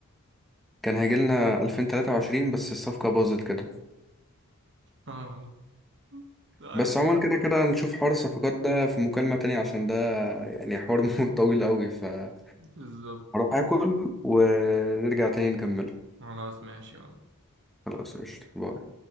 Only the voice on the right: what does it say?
اه والله طيب
بالظبط
خلاص ماشي يلا